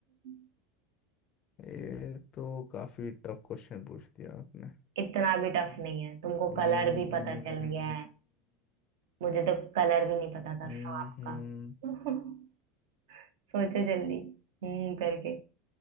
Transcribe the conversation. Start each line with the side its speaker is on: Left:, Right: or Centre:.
Right: <laughs>
Left: ये तो काफी टफ क्वेश्चन पूछ दिया आपने
Right: इतना भी टफ नहीं है तुमको
Left: हम्म
Right: कलर भी पता चल गया है मुझे तो कलर भी नहीं पता था
Left: हम्म
Right: सांप
Left: हम्म,
Right: का <laughs> सोचो जल्दी हम्म करके